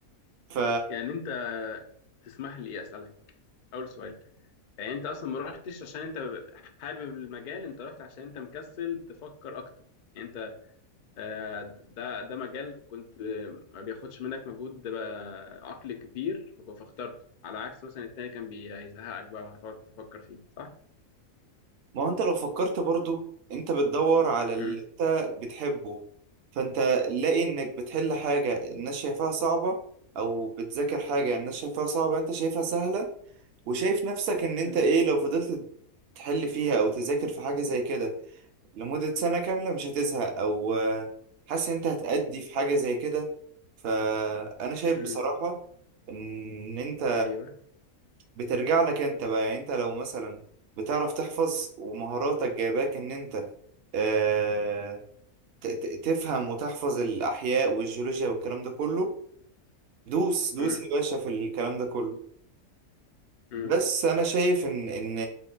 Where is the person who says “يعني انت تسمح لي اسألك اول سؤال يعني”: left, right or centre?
Left